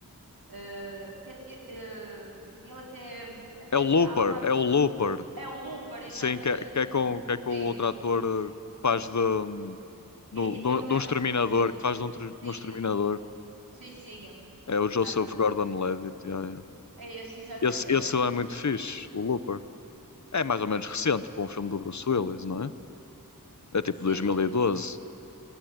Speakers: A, on the right (about 80°); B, on the left (about 55°).
A: eh, que, é- eh, ele até, até.
B: É o Looper,
A: Há um. at-
B: é o Looper.
A: É o Looper, exatamente.
B: Sim, que é, que é com, que é com
A: Sim.
B: o outro ator eh, que faz de, do,
A: E, até
B: do,
A: outro
B: de um
A: ator
B: exterminador,
A: conhecido.
B: que faz de um, tre- de
A: Sim,
B: um exterminador.
A: sim, sim.
B: É o
A: Exato.
B: Joseph Gordon-Levitt. yeah, yeah.
A: É esse, exatamente.
B: Esse, esse
A: Até-
B: é muito fixe, o Looper. É mais ou menos recente para um filme do Bruce Willis, não é? É
A: Recente?
B: tipo dois mil e doze